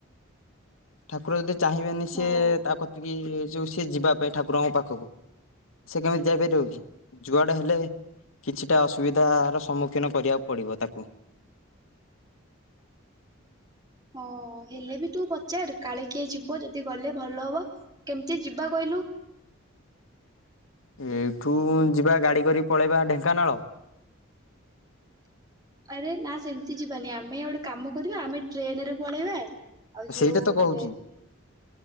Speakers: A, on the left; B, on the right.
A: ଠାକୁର ଯଦି ଚାହିଁବେନି ସିଏ
B: ହଁ।
A: ତା କତିକି ଯୋଉ ସିଏ ଯିବା ପାଇଁ ଠାକୁରଙ୍କ ପାଖକୁ, ସେ କେମିତି ଯାଇପାରିବ କି? ଯୁଆଡେ ହେଲେ କିଛିଟା ଅସୁବିଧାର ସମ୍ମୁଖୀନ କରିବାକୁ ପଡିବ ତାକୁ।
B: ହଁ ହେଲେ ବି ତୁ ପଚାର କାଳେ କିଏ ଯିବ ଯଦି ଗଲେ ଭଲ ହବ, କେମିତି ଯିବା କହିଲୁ?
A: ଏଇଠୁ ଯିବା ଗାଡ଼ି କରି ପଳେଇବା ଢେଙ୍କାନାଳ
B: ଆରେ ନା ସେମିତି ଯିବାନି ଆମେ ଗୋଟେ କାମ କରିବା ଆମେ ଟ୍ରେନରେ ପଳେଇବା। ଆଉ ଯୋଉ
A: ସେଇଟା ତ କହୁଚି।
B: ଟ୍ରେନ